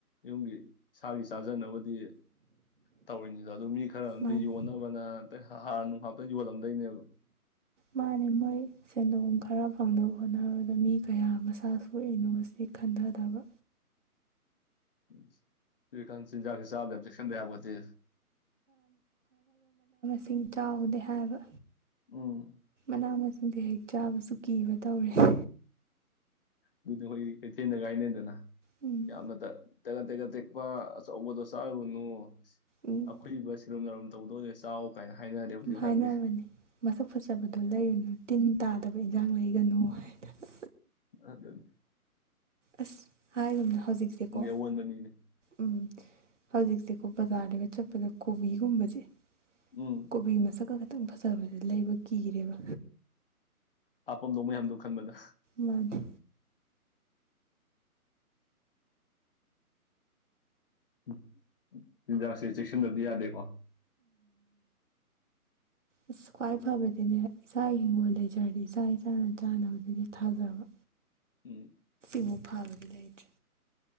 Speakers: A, on the left (about 35°); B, on the right (about 50°).
A: ꯌꯨꯝꯒꯤ ꯁꯕꯤ ꯆꯖꯅ ꯗꯨꯕꯨꯗꯤ ꯇꯧꯔꯤꯅꯤꯗ ꯑꯗꯨ ꯃꯤ ꯈꯔ ꯑꯃꯗꯤ
B: ꯃꯥꯅꯦ
A: ꯌꯣꯟꯅꯕꯅ ꯑ ꯍꯥꯔ ꯅꯨꯡꯍꯥꯛꯇ ꯌꯣꯜꯂꯝꯗꯣꯏꯅꯦꯕ
B: ꯃꯥꯅꯦ ꯃꯣꯏ ꯁꯦꯟꯗꯣꯡ ꯈꯔ ꯐꯪꯅꯕ ꯍꯣꯠꯅꯕꯗ ꯃꯤ ꯀꯌꯥ ꯃꯁꯥ ꯁꯣꯛꯏꯅꯣ ꯈꯟꯊꯗꯕ
A: ꯑꯝ ꯍꯑꯣꯖꯤꯛ ꯀꯟꯒꯤ ꯑꯦꯖꯦꯛꯁꯟ ꯆꯥꯕꯗ ꯌꯥꯝ ꯆꯦꯛꯁꯤꯟꯗ ꯌꯥꯄꯣꯠꯇꯦ
B: ꯁꯤꯡ ꯆꯥꯑꯣꯗꯤ ꯍꯥꯏꯕ
A: ꯑꯝ
B: ꯃꯅꯥ ꯃꯁꯤꯡꯁ ꯍꯦꯛ ꯆꯥꯕꯁꯨ ꯀꯤꯕ ꯇꯧꯔ
A: ꯑꯗꯨꯗꯤ ꯑꯩꯈꯣꯏ ꯀꯩꯊꯦꯜꯗ ꯀꯥꯏꯅꯦꯗꯅ
B: ꯎꯝ
A: ꯌꯥꯝꯅ ꯇ ꯇꯒ ꯇꯥꯒꯠꯄ ꯑꯆꯧꯕ ꯆꯔꯨ ꯅꯨ
B: ꯎꯝ
A: ꯑꯈꯨꯏꯕ ꯁꯤꯔꯨꯝ ꯅꯥꯔꯨꯝꯝ ꯇꯧꯗꯧꯁꯦ ꯆꯥꯎ ꯀꯥꯏꯅ ꯍꯥꯏꯅꯔꯦ ꯍꯧꯖꯤꯛ
B: ꯍꯥꯏꯅꯕꯅꯤ
A: ꯍꯟꯅꯤ
B: ꯃꯁꯛ ꯐꯖꯕꯗꯣ ꯂꯩꯔꯨꯅꯨ ꯇꯤꯟ ꯇꯥꯗꯕ ꯏꯟꯁꯥꯡ ꯂꯩꯒꯅꯨ ꯍꯥꯏꯗꯅ
A: ꯑꯗꯟ
B: ꯑꯁ ꯍꯥꯏꯔꯤꯒꯨꯝꯅ ꯍꯧꯖꯤꯛꯁꯦꯀꯣ
A: ꯑꯑꯣꯟꯕꯅꯤꯅꯦ
B: ꯑꯃ ꯍꯧꯖꯤꯛꯁꯦꯀꯣ ꯕꯖꯥꯔꯗꯒ ꯆꯠꯄꯗ ꯀꯣꯕꯤꯒꯨꯝꯕꯁꯦ
A: ꯎꯝ
B: ꯀꯕꯤ ꯃꯁꯒ ꯐꯖꯕꯁꯦ ꯂꯩꯕ ꯀꯤꯔꯦꯕ
A: ꯍꯥꯥꯐꯝꯝꯗꯣ ꯃꯌꯥꯝꯗꯣ ꯈꯟꯕꯗ
B: ꯃꯟꯗꯦ
A: ꯑꯝ ꯆꯤꯟꯖꯥꯛꯁꯦ ꯆꯦꯛꯁꯤꯟꯗꯕ ꯌꯥꯗꯦꯀꯣ
B: ꯏ ꯈꯨꯋꯥꯏ
A: ꯑꯗꯨꯅ
B: ꯐꯕꯒꯤꯅꯤꯕ ꯏꯁꯥꯒꯤ ꯍꯤꯡꯒꯣꯜ ꯂꯩꯖꯔꯗꯤ ꯏꯁꯥ ꯏꯁꯥꯅ ꯆꯥꯅꯕꯗꯒꯤ ꯊꯥꯖꯕ
A: ꯑꯝ
B: ꯏꯝꯐꯥꯜꯁꯕꯨ ꯂꯩꯇꯦ